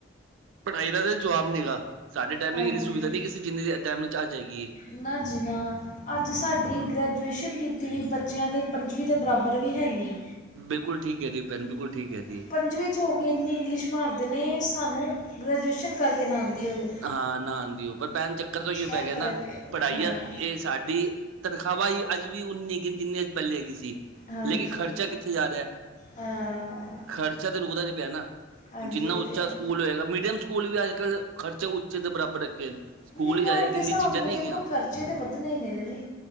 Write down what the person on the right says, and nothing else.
ਪੜ੍ਹਾਈ ਦਾ ਤਾਂ ਜਵਾਬ ਨੀ ਹੈਗਾ, ਸਾਡੇ ਟਾਈਮ
ਇੰਨੀ ਸੁਵਿਧਾ ਨਹੀਂ ਸੀ ਜਿੰਨੀ ਟਾਈਮ ਵਿੱਚ ਚ <unintelligible> ਹੈਗੀ ਐ।
ਬਿਲਕੁਲ ਠੀਕ ਕਹਿ ਰੀ ਐ ਭੈਣ ਬਿਲਕੁਲ ਠੀਕ ਹੈ ਜੀ।
ਹਾਂ ਨਾ ਆਦੀ ਹੋਏ ਪਰ ਭੈਣ ਚੱਕਰ ਤਾਂਈਓ ਪੈ
ਗਿਆ
ਨਾ
ਪੜ੍ਹਾਈ
ਇਹ ਤੇ ਸਾਡੀ ਤਨਖਾਹ ਅੱਜ ਵੀ ਉਨੀ ਐ ਜਿੰਨੀ ਅੱਜ ਪਹਿਲੇ ਹੈਗੀ ਸੀ।
ਲੇਕਿਨ ਖਰਚਾ ਕਿੱਥੇ ਜਾ ਰਿਹਾ।
ਖਰਚਾ ਤਾਂ ਰੁਕਦਾ ਨੀ ਨਾ ਪਿਆ ਨਾ ਹੁਣ
ਜਿੰਨਾ
ਉੱਚਾ ਸਕੂਲ ਹੋਏਗਾ ਮੀਡੀਅਮ ਸਕੂਲ ਸਕੂਲ ਵੀ ਅੱਜ ਕੱਲ੍ਹ ਖਰਚੇ ਉੱਚੇ ਦੇ ਬਰਾਬਰ ਰੱਖੇ ਨੇ ਸਕੂਲ
ਹੀ ਜਾ ਇੰਨੀ
ਚੀਜ਼ਾਂ
ਨਹੀਂ
ਹੈਗੀਆਂ